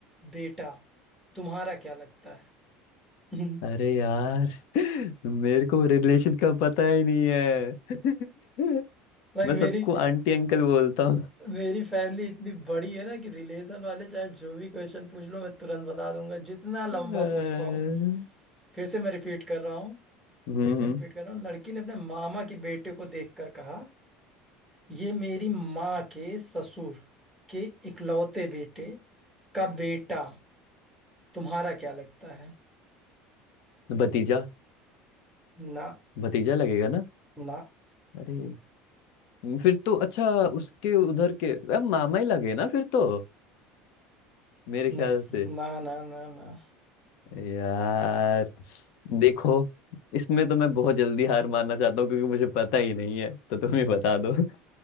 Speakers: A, in the centre; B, on the left (about 70°).
A: बेटा तुम्हारा क्या लगता है <laughs>
B: अरे यार <laughs> मेरे को रिलेशन का पता ही नहीं है <laughs>
A: भाई
B: मैं
A: मेरी
B: सबको आंटी अंकल बोलता
A: मेरी फैमिली इतनी बड़ी है ना कि रिलेशन वाले चाहे जो भी क्वेश्चन पूछ लो मैं तुरंत बता दूंगा जितना लंबा
B: अरे
A: पूछ पाओ फिर से मैं रिपीट कर रहा हूँ
B: हम्म
A: फिर से
B: हम्म,
A: रिपीट कर रहा हूँ लड़की ने अपने मामा के बेटे को देखकर कहा ये मेरी माँ के ससुर के इकलौते बेटे का बेटा तुम्हारा क्या लगता है
B: भतीजा
A: ना
B: भतीजा लगेगा ना
A: ना
B: अरे फिर तो अच्छा उसके उधर के अब मामा ही लगे ना फिर तो मेरे ख्याल
A: नहीं
B: से
A: ना ना ना ना
B: यार देखो इसमें तो मैं बहुत जल्दी हार मानना चाहता हूँ क्योंकि मुझे पता ही नहीं है तो तुम ही बता दो <laughs>